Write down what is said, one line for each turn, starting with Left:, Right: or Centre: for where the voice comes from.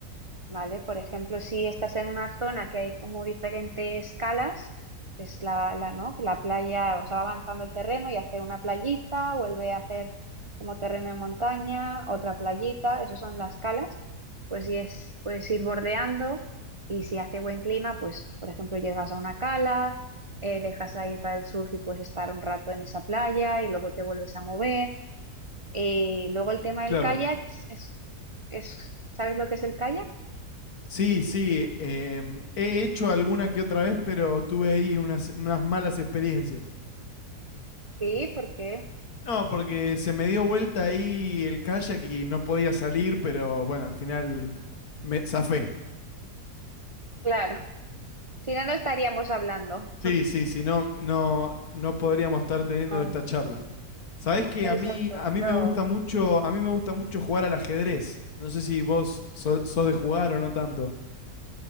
Right: ¿vale? Por ejemplo, si estás en una zona que hay como diferentes calas, es la, la, ¿no? La playa, o sea, va avanzando el terreno y hace una playita, vuelve a hacer como terreno de montaña, otra playita, esas son las calas, pues sí es, puedes ir bordeando y si hace buen clima, pues por ejemplo llegas a una cala, eh, dejas a ir para el surf y puedes estar un rato en esa playa y luego te vuelves a mover. Eh, luego el tema
Left: Claro.
Right: del kayak es, es, es- ¿sabes lo que es el kayak?
Left: Sí, sí, em, he hecho alguna que otra vez, pero tuve ahí unas, unas malas experiencias.
Right: Sí, porque,
Left: No, porque se me dio vuelta ahí el kayak y no podía salir, pero bueno, al final me zafé.
Right: claro, si no, no estaríamos hablando.
Left: Sí, sí, si no, no, no podríamos estar teniendo
Right: No,
Left: esta charla. Sabés que
Right: exacto,
Left: a mí, a mí
Right: pero
Left: me gusta mucho, a mí me gusta mucho jugar al ajedrez. No sé si vos so- sos de jugar o no tanto.